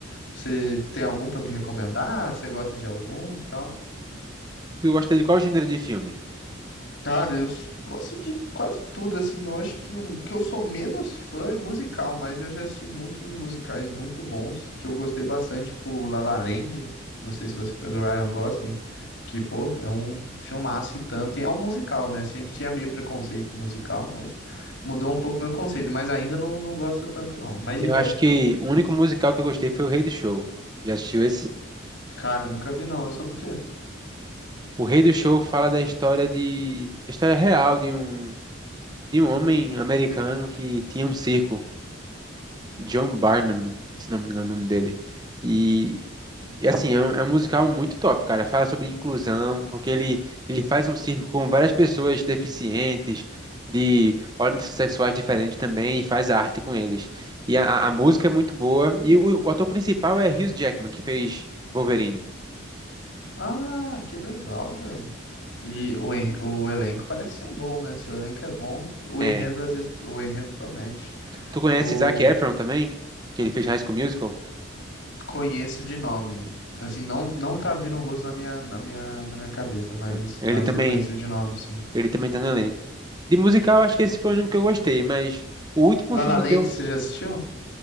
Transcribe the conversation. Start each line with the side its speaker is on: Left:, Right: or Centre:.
Left: Você tem algum pra me recomendar? Você gosta de algum, e tal?
Right: Tu gosta de qual gênero de filme?
Left: Cara, eu s- gosto de quase tudo assim. Eu acho que o que eu sou menos fã é musical, mas eu já assisti muitos musicais muito bons que eu gostei bastante, tipo La La Land, não sei se você conhece do Ryan Gosling, que pô, é um filmaço e tanto, e é um musical, né? Sempre tinha meio preconceito com musical, mas mudou um pouco meu conceito, mas ainda não, não gosto tanto não. Mas de
Right: Eu
Left: resto,
Right: acho que o único musical que eu gostei foi O Rei do Show. Já assistiu esse?
Left: cara, nunca vi não. É sobre o quê?
Right: O Rei do Show fala da história de, a história real de um de um homem americano que tinha um circo. John Barnum, se não me engano o nome dele. E, e, assim, é um, é um musical muito top, cara. Fala sobre inclusão, porque ele, ele faz um circo com várias pessoas deficientes, de ordens sexuais diferentes também, e faz arte com eles. E a, a- a música é muito boa. E o, o ator principal é Hugh Jackman, que fez Wolverine.
Left: Ah, que legal, velho. E o, en- o elenco parece ser bom, né? Se o elenco é bom, o
Right: É.
Left: enredo às vezes o enredo promete.
Right: Tu conhece
Left: Eu
Right: Zac Efron também? Que ele fez High School Musical?
Left: conheço de nome. Assim, não não tá vindo o rosto na minha na minha na minha cabeça, mas
Right: Não. Ele
Left: mas
Right: também,
Left: eu conheço de nome, sim.
Right: ele também tá no elenco. De musical, acho que esse foi o único que eu gostei, mas o último
Left: La
Right: filme
Left: La Land,
Right: que eu
Left: você já assistiu?